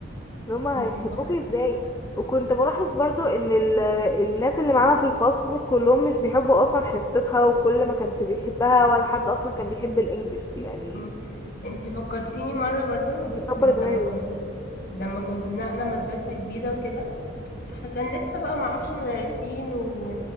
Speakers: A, on the left (about 15°); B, on the left (about 50°).
A: ان هما
B: انت
A: هيحبوكي ازاي
B: فك-
A: وكنت بلاحظ برضو ان ال- الناس اللي معانا في الفصل كلهم مش بيحبوا اصلا حصتها وكل ما كانش بيحبها ولا حد اصلا كان بيحب الانجليش يعني
B: مم. انت فكرتيني مرة برضو
A: بيكبر
B: لما
A: دماغي
B: كنت لما كنت نقلة مدرسة جديدة وكده فكان لسه بقى معرفش مدرسين و...